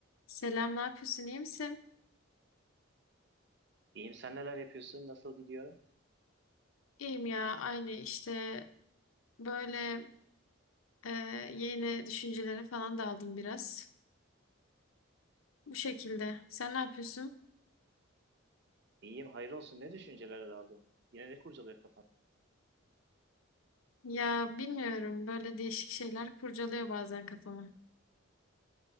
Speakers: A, on the left; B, on the right.
A: Selam, ne yapıyorsun? iyi misin?
B: İyiyim sen neler yapıyorsun? Nasıl gidiyor?
A: İyiyim ya, aynı işte böyle e, yeni düşüncelere falan daldım biraz. Bu şekilde. Sen ne yapıyorsun?
B: İyiyim hayır olsun ne düşüncelere daldın? Yine ne kurcalıyor kafan?
A: Ya bilmiyorum, böyle değişik şeyler kurcalıyor bazen kafamı.